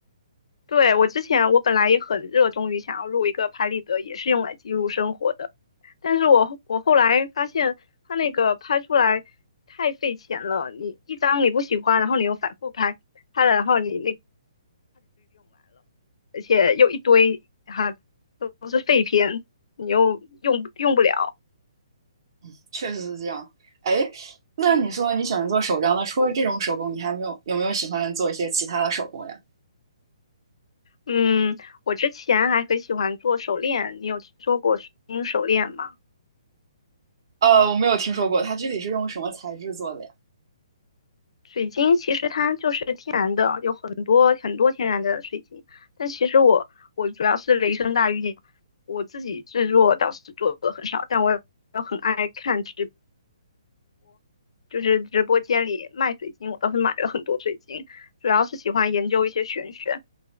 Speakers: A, on the left; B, on the right.
A: 对，我之前我本来也很热衷于想要录一个拍立得，也是用来记录生活的，但是我我后来发现它那个拍出来太费钱了，你一张你不喜欢，然后你又反复拍，拍了然后你那而且又一堆哈、都是废片，你又用用不了。
B: <laughs> 确实是这样。哎，那你说你喜欢做手账，那除了这种手工，你还没有有没有喜欢做一些其他的手工呀？
A: 嗯，我之前还很喜欢做手链，你有听说过水晶手链吗？
B: 呃，我没有听说过，它具体是用什么材质做的呀？
A: 水晶其实它就是天然的，有很多很多天然的水晶，但其实我我主要是雷声大雨点，我自己制作倒是做的很少，但我也很爱看直，就是直播间里卖水晶，我倒是买了很多水晶，主要是喜欢研究一些玄学。